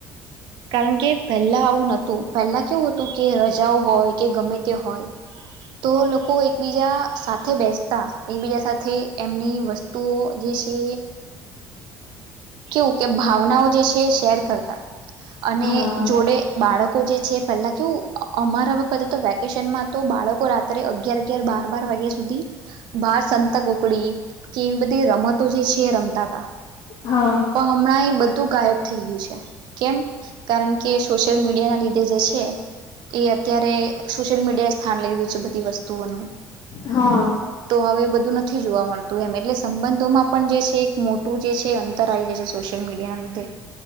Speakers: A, on the right (about 70°); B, on the left (about 65°).
A: કારણ કે પહેલા આવું નતું પહેલા કેવું હતું કે રજાઓ હોય કે ગમે તે હોય તો લોકો એકબીજા સાથે બેસતા એકબીજા સાથે એમની વસ્તુઓ જે છે એ કેવું કે ભાવનાઓ જે છે શેર કરતા અને
B: હા
A: જોડે બાળકો જે છે પહેલા કેવું અમારા વખતે તો વેકેશનમાં તો બાળકો રાત્રે અગિયાર અગિયાર બાર બાર વાગ્યા સુધી બાર સંતાકુકડી કે એવી બધી રમતો જે છે રમતા તા
B: હા
A: પણ હમણાં એ બધું ગાયબ થઈ ગયું છે કેમ કારણ કે સોશિયલ મીડિયા ના લીધે જે છે એ અત્યારે સોશિયલ મીડિયા એ સ્થાન લઈ લીધું છે બધી વસ્તુઓનું
B: હા
A: તો હવે એ બધું નથી જોવા મળતું એમ એટલે સંબંધોમાં પણ જે છે એક મોટું જે છે અંતર આવી ગયુ છ સોશિયલ મીડિયા ના લીધે